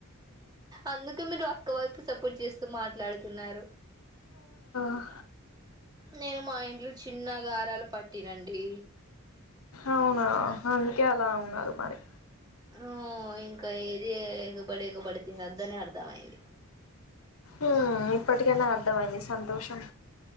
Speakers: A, on the right (about 20°); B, on the left (about 70°).
A: అందుకే మీరు అక్కవైపు సపోర్ట్ చేస్తూ మాట్లాడుతున్నారు.
B: ఆ
A: నేను మా ఇంట్లో చిన్న గారాల పట్ తినండి
B: అవునా అందుకే అలా ఉన్నారు మారి
A: ఆ ఇంకా ఏది ఎగబడి ఎగబడి తినదు అని అర్థంయంది.
B: ఉహ్ ఇప్పటికనా అర్థమయింది సంతోషం